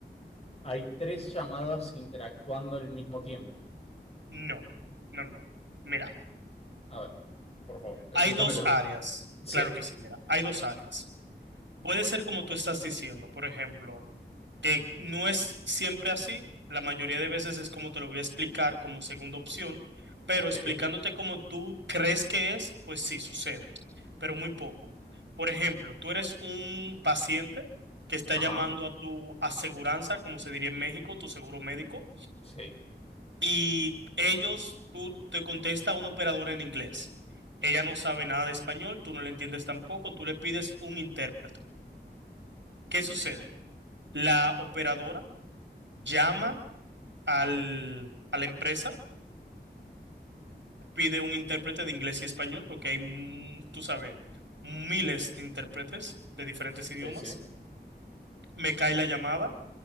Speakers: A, on the left; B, on the right.
A: hay tres llamadas interactuando al mismo tiempo.
B: No, no, no. Mira,
A: A ver, por favor, explícamelo.
B: hay dos áreas.
A: Sí,
B: Claro que sí, mira, hay dos áreas. Puede ser como tú estás diciendo, por ejemplo, que no es siempre así, la mayoría de veces es como te lo voy a explicar como segunda opción, pero
A: ok,
B: explicándote como tú crees que es, pues sí sucede, pero muy poco. Por ejemplo, tú eres un paciente que está
A: ajá,
B: llamando a tu aseguranza, como se diría en México, tu seguro médico,
A: sí,
B: y ellos, tú te contesta un operador en inglés. Ella no sabe nada de español, tú no le entiendes tampoco, tú le pides un intérprete. ¿Qué sucede? La operadora llama al, a la empresa, pide un intérprete de inglés y español, porque hay, mm, tú sabes, miles de intérpretes de diferentes
A: sí,
B: idiomas.
A: sí.
B: Me cae la llamada.